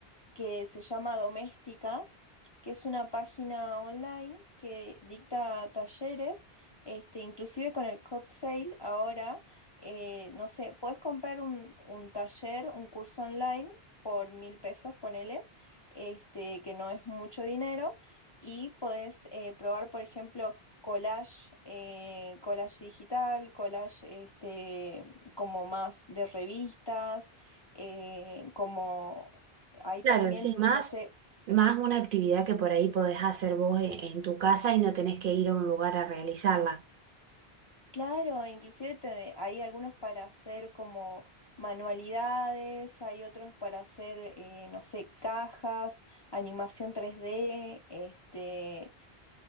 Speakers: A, on the left (about 35°); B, on the right (about 60°).
A: que se llama Doméstica, que es una página online que dicta talleres, este, inclusive con el hot sale ahora, eh, no sé, puedes comprar un, un taller, un curso online por mil pesos, ponele, este, que no es mucho dinero, y podés eh, probar, por ejemplo, collage, eh, collage digital, collage este, como más de revistas eh, como hay
B: Claro,
A: también,
B: sí, más,
A: no sé,
B: más una actividad que por ahí podés hacer vos en, en tu casa y no tenés que ir a un lugar a realizarla.
A: claro, inclusive te- hay algunos para hacer como manualidades, hay otros para hacer, eh, no sé, cajas, animación 3D, este,